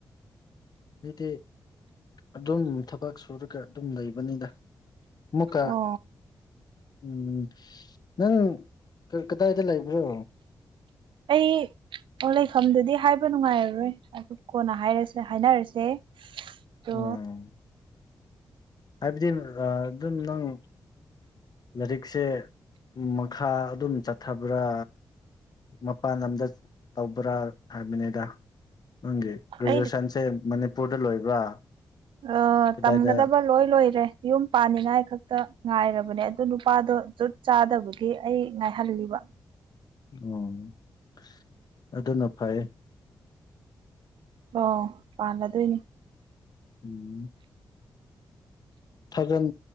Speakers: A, on the left; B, on the right.
A: ꯑꯗꯨꯗꯤ ꯑꯗꯨꯝ ꯊꯕꯛ ꯁꯨꯔꯒ ꯑꯗꯨꯝ ꯂꯩꯕꯅꯤꯗ ꯃꯨꯀꯥ
B: ꯑꯣ
A: ꯎꯝ ꯅꯪ ꯀꯗꯥꯏꯗ ꯂꯩꯕ꯭ꯔꯣ
B: ꯑꯩ ꯑꯣ ꯂꯩꯐꯝꯗꯨꯗꯤ ꯍꯥꯏꯕ ꯅꯨꯡꯉꯥꯏꯔꯔꯣꯏ ꯑꯗꯣ ꯀꯣꯟꯅ ꯍꯥꯏꯔꯁꯦ ꯍꯥꯏꯔ ꯍꯥꯏꯅꯔꯁꯦ ꯇꯣ
A: ꯎꯝ ꯍꯥꯏꯕꯗꯤ ꯔꯥ ꯑꯗꯨꯝ ꯅꯪ ꯂꯥꯏꯔꯤꯛꯁꯦ ꯃꯈꯥ ꯑꯗꯨꯝ ꯆꯠꯊꯕ꯭ꯔꯥ ꯃꯄꯥꯟ ꯂꯝꯗ ꯇꯧꯕ꯭ꯔꯥ ꯍꯥꯏꯕꯅꯤꯗ ꯅꯪꯒꯤ ꯒ꯭ꯔꯦꯖꯨꯑꯦꯁꯟꯁꯦ
B: ꯑꯩ
A: ꯃꯅꯤꯄꯨꯔꯗ ꯂꯣꯏꯕ꯭ꯔꯥ
B: ꯑꯥ
A: ꯀꯗꯥꯏꯗ
B: ꯇꯝꯒꯗꯕ ꯂꯣꯏ ꯂꯣꯏꯔꯦ ꯌꯨꯝ ꯄꯥꯅꯤꯉꯥꯏ ꯈꯛ ꯇ ꯉꯥꯏꯔꯕꯅꯦ ꯑꯗꯨ ꯅꯨꯄꯥꯗꯣ ꯖꯨꯠ ꯆꯥꯗꯕꯒꯤ ꯑꯩ ꯉꯥꯏꯍꯜꯂꯤꯕ
A: ꯑꯣ ꯑꯗꯨꯅ ꯐꯩ
B: ꯑꯣ ꯄꯥꯜꯂꯗꯣꯏꯅꯦ
A: ꯎꯝ ꯊꯥꯎꯖꯟ